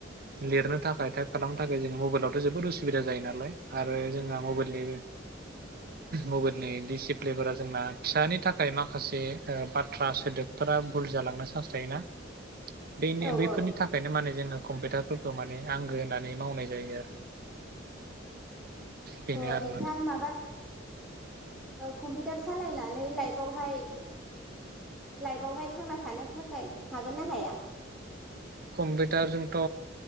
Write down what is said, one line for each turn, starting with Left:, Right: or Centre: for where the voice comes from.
Right: लिरनो थाखाय टाइप खालामनो थाखाय जों मबाइलावथ' जोबोद उसुबिदा जायो नालाय आरो जोंना मबाइलनिबो मबाइलनि दिसि लेबारा जोंना फिसानि थाख माखासे ओ बा थ्रा सोदोबफोरा भुल जालांनो सान्स थायोना। बेैनि
Centre: औ
Right: बेैफोरनि
Centre: औ
Right: थाखायनो मानो जोंनो कम्पिउटार फोर खौ' माने आंगो होननानै मावनाय जायो आरो। बेनो
Centre: अ'
Right: आरो
Centre: नोंथां माबा ओ कम्पिउटार सालायनानै लाइभआवहाय लाइभआवहाय थानो थाखाय हागोन ना हाया? <inaudible>
Right: कम्पिउटारजोंथ'